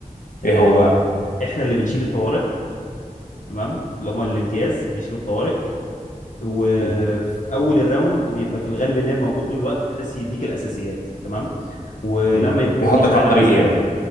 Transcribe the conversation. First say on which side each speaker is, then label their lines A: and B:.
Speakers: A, on the left (about 65°); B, on the left (about 80°).
A: أم،
B: ايه هو بقى
A: احنا اللي بنشيل الطوارئ تمام اللي هم الامتياز بيشيلوا الطوارئ وفي
B: مم.
A: اول الراوند بيبقى في الغالب النائب موجود طول الوقت بحيث يديك الاساسيات تمام ولما
B: مم.
A: يكون
B: بيحطك
A: في حالة
B: على الطريق
A: مثلا
B: يعني